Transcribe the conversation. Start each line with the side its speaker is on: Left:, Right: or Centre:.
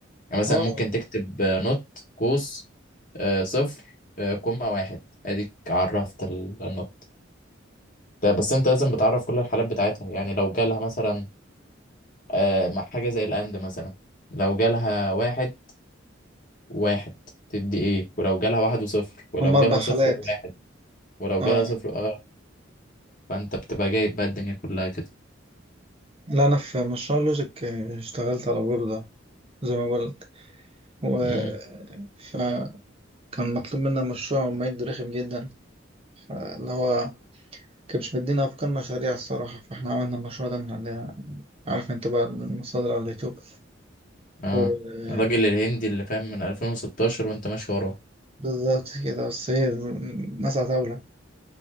Left: يعني مثلا
Right: اه
Left: ممكن تكتب آه، نوت قوس آه، صفر آه، كوما واحد اديك عرفت ال- النوت ده بس انت لازم بتعرف كل الحالات بتاعتها يعني لو جالها مثلا آه، مع حاجة زي الاند مثلا لو جالها واحد واحد تدي ايه ولو جالها واحد وصفر ولو
Right: هم اربع
Left: جالها
Right: حالات
Left: صفر وواحد ولو
Right: اه
Left: جالها صفر اه فانت بتبقى جايب بقى الدنيا كلها كده
Right: لا انا في مشروع لوجيك آه، اشتغلت على بوردة زي ما قلت و
Left: امم
Right: فكان مطلوب منا مشروع ومعد رخم جدا اللي هو كان مش مدينا افكار مشاريع الصراحة فاحنا عملنا المشروع ده من اللي عارف انت بقى من المصادر على اليوتيوب
Left: اه
Right: و-
Left: الراجل الهندي اللي فاهم من 2016 وانت ماشي وراه
Right: بالظبط كده بس هي ناس عتاولة